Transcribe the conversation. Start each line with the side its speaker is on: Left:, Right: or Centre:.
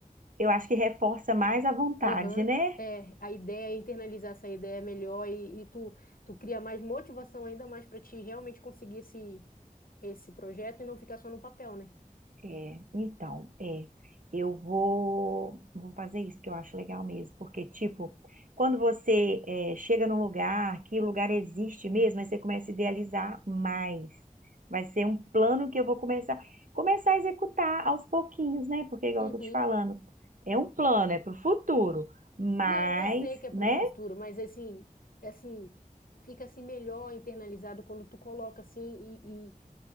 Right: Eu acho que reforça mais a vontade,
Left: Aham,
Right: né?
Left: É, a ideia é internalizar essa ideia melhor e, e tu, tu cria mais motivação ainda mais para ti realmente conseguir esse, esse projeto e não ficar só no papel, né?
Right: É, então, é, eu vou, vou fazer isso que eu acho legal mesmo, porque, tipo, quando você é, chega num lugar, que o lugar existe mesmo, aí você começa a idealizar mais. Vai ser um plano que eu vou começar, começar a executar aos pouquinhos, né? Porque, igual
Left: Uhum.
Right: eu tô te falando, é um plano, é pro futuro, mas,
Left: Não, eu sei que é
Right: né?
Left: para o futuro, mas assim, assim, fica assim melhor internalizado quando tu coloca assim